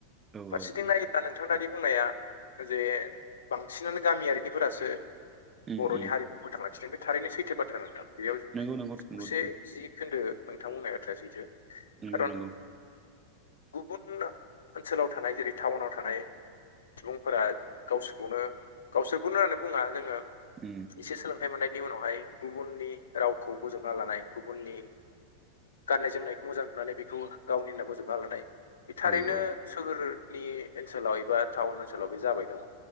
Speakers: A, on the right; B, on the left.
A: औ
B: फारसेथिं
A: औ
B: नाय नां दानि बुंनाया जे बांसिनानो गामियारिनिफोरासो
A: उम
B: बर'नि
A: उम
B: हारिखौ फोथां लाखिदों बे थारैनो सैथो बाथ्रा नोंथां बेयाव
A: नंगौ नंगौ नंगौ
B: जौसे
A: नोंथां
B: जि खोन्दो नोंथां बुंनाय बाथ्राया सैथो
A: नंगौ
B: खारन
A: नंगौ
B: गुबुन ओनसोलाव थानाय जेरै टाउनाव थानाय सुबुंफोरा गावसोरखौनो गावसोरखौनो होननानै बुङा जोङो
A: उ
B: एसे सोलोंथाइ मोननायनि उनावहाय गुबुननि रावखौ बजोबना लानाय गुबुननि गाननाय जोमनायखौ मोजां नुनानै बेखौ गावनि होनना बोजबना लानाय। बे थारैनो
A: औ औ
B: सोहोरनि ओनसोलाव एबा टाउन ओनसोलाव बे जाबाय दङ।